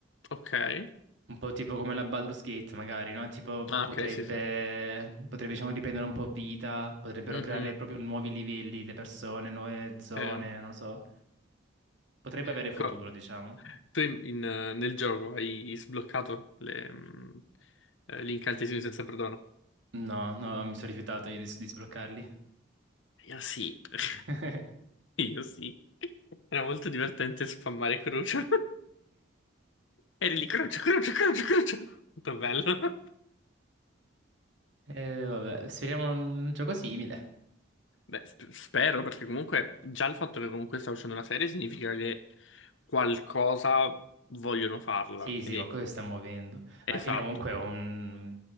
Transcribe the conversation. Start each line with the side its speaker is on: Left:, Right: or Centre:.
Left: ok.
Right: Un po' tipo come la Baldur's Gate, magari, no? Tipo,
Left: Ah,
Right: potrebbe,
Left: ok, sì, sì.
Right: potrebbe, diciamo, riprendere un po' vita, potrebbero
Left: Mhm,
Right: creare proprio nuovi livelli, le persone, nuove zone,
Left: eh.
Right: non lo so. Potrebbe avere
Left: Ecco,
Right: futuro, diciamo.
Left: tu in- in, eh, nel gioco hai sbloccato le, mm, eh, gli incantesimi senza perdono.
Right: No, no, mi sono rifiutato io di, di sbloccarli.
Left: Io sì, <laughs>
Right: <laughs>
Left: io sì. Era molto divertente spammare Crucio. <laughs> Eri lì, croce, croce, croce, croce. Molto bello.
Right: Eh, vabbè, speriamo un gioco simile.
Left: <laughs> Beh, sp- spero, perché comunque già il fatto che comunque sta uscendo una serie significa che qualcosa vogliono farla.
Right: Sì, sì,
Left: Quindi,
Right: qualcosa si sta muovendo.
Left: esatto,
Right: Alla fine comunque è un